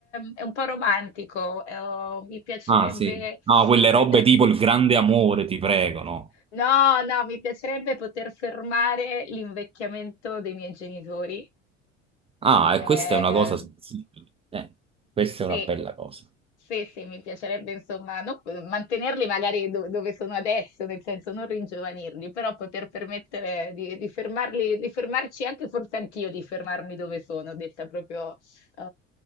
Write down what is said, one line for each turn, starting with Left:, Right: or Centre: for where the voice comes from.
Left: è un po' romantico, eh, oh, mi piacerebbe
Right: Ah, sì. No, quelle
Left: poter,
Right: robe tipo il grande amore, ti prego, no?
Left: no, no, mi piacerebbe poter fermare l'invecchiamento dei miei genitori.
Right: Ah, e
Left: Eh,
Right: questa è una cosa sensibile. Eh, questa è
Left: Sì,
Right: una bella cosa.
Left: sì, sì, mi piacerebbe insomma non- mantenerli magari do- dove sono adesso, nel senso non ringiovanirli, però poter permettere di, di fermarli, di fermarci anche, forse anch'io di fermarmi dove sono, detta proprio eh,